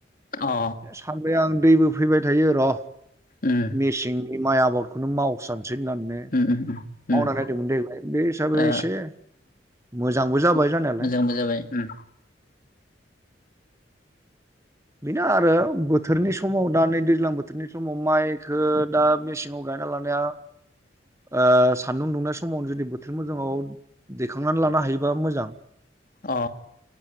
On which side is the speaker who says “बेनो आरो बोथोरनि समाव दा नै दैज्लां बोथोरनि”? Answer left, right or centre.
Right